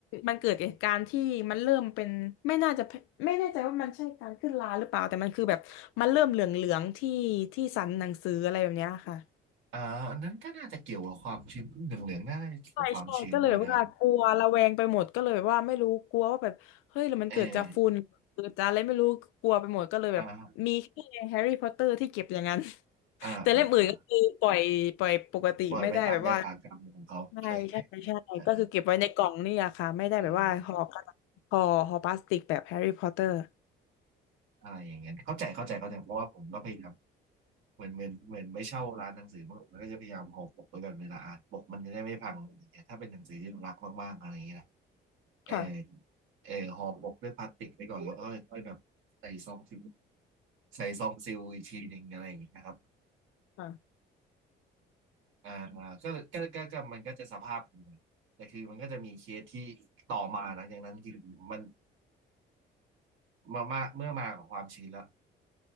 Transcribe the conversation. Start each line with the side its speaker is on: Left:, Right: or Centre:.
Left: มันเกิดเหตุการณ์ที่มันเริ่มเป็นไม่น่าจะไม่แน่ใจว่ามันใช่การขึ้นราหรือเปล่าแต่มันคือแบบมันเริ่มเหลืองๆที่ที่สันหนังสืออะไรแบบเนี้ยค่ะ
Right: อ่าอันนั้นก็น่าจะเกี่ยวกับความชื้นเหลืองเหลืองน่าจะเกี่ยวกับความชื้นด้วยนะครับ
Left: ใช่ใช่ก็เลยว่ากลัวระแวงไปหมดก็เลยว่าไม่รู้กลัวว่าแบบเฮ้ยแล้วมันเกิดจากฝุ่นเกิดจากอะไรไม่รู้กลัวไปหมดก็เลยแบบมีแค่แฮร์รี่พอตเตอร์ที่เก็บอย่างนั้น
Right: เอออ่า
Left: <laughs>
Right: อ่าอ่าอ่า
Left: แต่เล่มอื่นก็คือปล่อยปล่อยปกติไม่ได้แบบว่า
Right: ปล่อยไปตามยถากรรมของเขาอะไร
Left: ใช่ใช่ใช่ก็คือเก็บไว้ในกล่องนี่อะค่ะไม่ได้แบบว่าห่อกระดาษห่อห่อพลาสติกแบบแฮร์รี่พอตเตอร์
Right: เออเออ อะไรอย่างเงี้ยเข้าใจเข้าใจเข้าใจเพราะว่าผมก็พยายามเหมือนเหมือนเหมือนไม่เช่าร้านหนังสือมันมันก็จะพยายามห่อปกไว้ก่อนเวลาอ่านปกมันจะได้ไม่พังอะไรอย่างเงี้ยถ้าเป็นหนังสือที่เรารักมากๆอะไรอย่างเงี้ยนะเออ
Left: ค่ะ
Right: เออห่อปกด้วยพลาสติกไว้ก่อนแล้วก็ค่อยๆแบบใส่ซองซิลใส่ซองซิลอีกทีหนึ่งอะไรอย่างเงี้ยนะครับ
Left: ค่ะ
Right: อ่าก็เลยก็ก็ก็มันก็จะสภาพนี้นแต่คือมันก็จะมีเคสที่ต่อมาหลังจากนั้นคือมันมามาเมื่อมากับความชื้นแล้ว